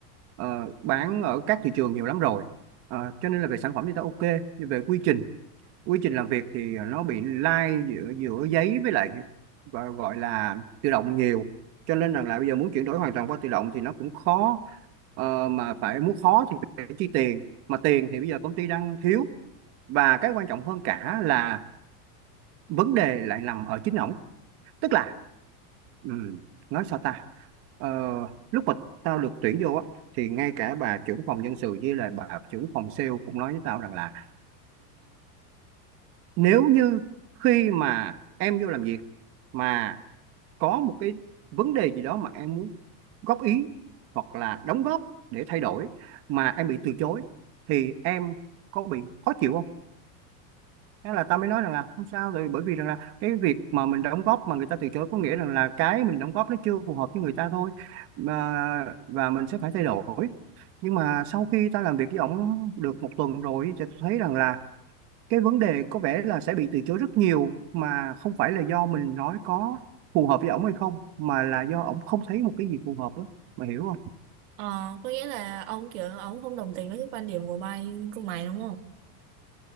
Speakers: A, on the right; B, on the right.
A: Ờ, bán ở các thị trường nhiều lắm rồi Ờ, cho nên là về sản phẩm thì ta ok nhưng về quy trình quy trình làm việc thì nó bị lai giữa giữa giấy với lại gọi, gọi là tự động nhiều cho nên rằng là bây giờ muốn chuyển đổi hoàn toàn qua tự động thì nó cũng khó ờ, mà phải muốn khó thì phải chi tiền mà tiền thì bây giờ công ty đang thiếu và cái quan trọng hơn cả là vấn đề lại nằm ở chính ổng tức là ừm, nói sao ta Ờ, lúc mà tao được tuyển vô á thì ngay cả bà trưởng phòng nhân sự với lại bà trưởng phòng sale cũng nói với tao rằng là nếu như khi mà em vô làm việc mà có một cái vấn đề gì đó mà em muốn góp ý hoặc là đóng góp để thay đổi mà em bị từ chối thì em có bị khó chịu không? Thế là ta mới nói rằng là không sao rồi bởi vì rằng là cái việc mà mình đóng góp mà người ta từ chối có nghĩa rằng là cái mình đóng góp nó chưa phù hợp với người ta thôi mà và mình sẽ phải thay đổi nhưng mà sau khi ta làm việc với ổng được một tuần rồi thì ta thấy rằng là cái vấn đề có vẻ là sẽ bị từ chối rất nhiều mà không phải là do mình nói có phù hợp với ổng hay không mà là do ổng không thấy một cái gì phù hợp đó. mà hiểu không?
B: Ờ, có nghĩa là ông kiểu ông không đồng tình với cái quan điểm của mày của mày đúng không?